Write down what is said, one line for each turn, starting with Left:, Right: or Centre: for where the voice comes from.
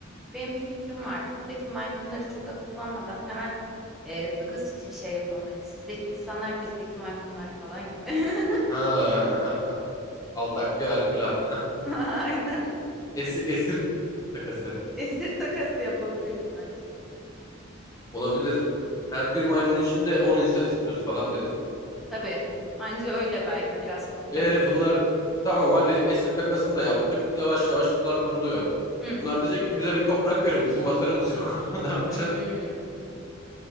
Centre: Benim bir fikrim var. Buradaki maymunları çok akıllanmadan hemen e, takas için şey yapalım. Hani sizdeki insanlar bizdeki maymunlar falan gibi. <laughs>
Left: Ha, <laughs> Altakya verkülah.
Centre: Aynen.
Left: Esir, <laughs> esir takası.
Centre: Esir takası yapabiliriz bence.
Left: Olabilir. Her bir maymun içinde 10 insan istiyoruz falan deriz.
Centre: Tabii. Anca öyle belki biraz kurtarırız.
Left: E bunlar tamam hadi esir takasını da yaptık. Yavaş yavaş sular duruluyor.
Centre: Hı.
Left: Bunlar diyecek ki bize bir toprak verin. Bizim vatanımız yok. <laughs> Ne yapacağız?
Centre: Hmm.